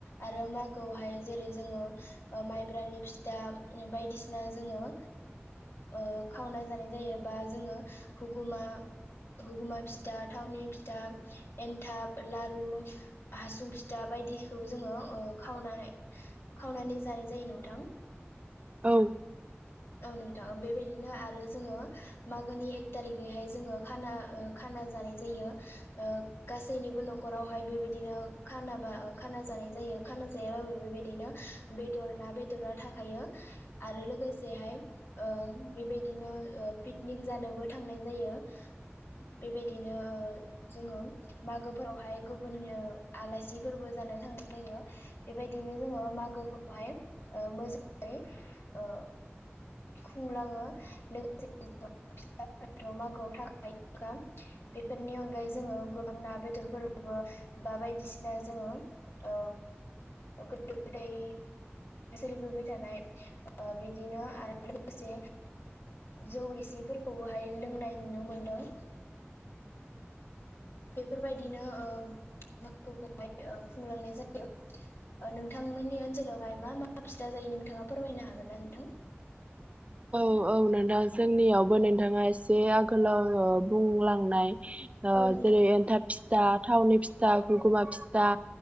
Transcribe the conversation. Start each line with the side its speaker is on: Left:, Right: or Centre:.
Left: आरो मागोआवहाय जेरै जोङो माइब्रानि फिथा बायदिसिना जोङो ओ खावना जानाय जायो बा जोङो हुगुमा हुगुमा फिथा थावनि फिथा एन्थाब लारु हासुं फिथा बायदिखौ जोङो खावनानै खावनानै जानाय जायो नोंथां।
Right: औ।
Left: औ नोंथाङा बेबायदिनो आरो जोङो मागोनि एक थारिखैहाय जोङो खाना खाना जानाय जायो ओ गासैनिबो न'खरावहाय बेबायदिनो खानाबा खाना जानाय जायो खाना जायाबाबो बेबायदिनो बेदर ना बेदरा थाखायो आरो लोगो लोगोसेहाय बेबायदिनो पिकनिक जानोबो थांनाय जायो। बेबायदिनो ओ जोङो मागोफोरावहाय गुबुननि आलासिफोरबो जानो थांनाय जायो। बेबायदिनो ओ जोङो मागोखौहाय मोजाङै ओ खुंलाङो लोगोसे ज फिसाफोराथ' मागोआव थाखायो। बेफोरनि अनगायै जोङो गोबां ना बेदरफोरबो बा बायदिसिना जोङो ओ गो गोदाय सोलिबोबाय थानाय बिदिनो आरो लोगोसे जौ रिसिफोरखौबोहाय लोंनाय नुनो मोनदों। बेफोरबायदिनो ओ मागोखौहाय खुंलांनाय जायो। नोंथांमोननि ओनसोलावहाय मा मा फिथा जायो नोंथाङा फोरमायनो हागोन ना नोंथां?
Right: औ औ नोंथां जोंनियावबो नोंथाङा एसे आगोलाव बुंलांनाय ओ
Left: औ नोंथां
Right: जेरै एन्थाब फि फिथा थावनि फिथा, गुगुमा फिथा,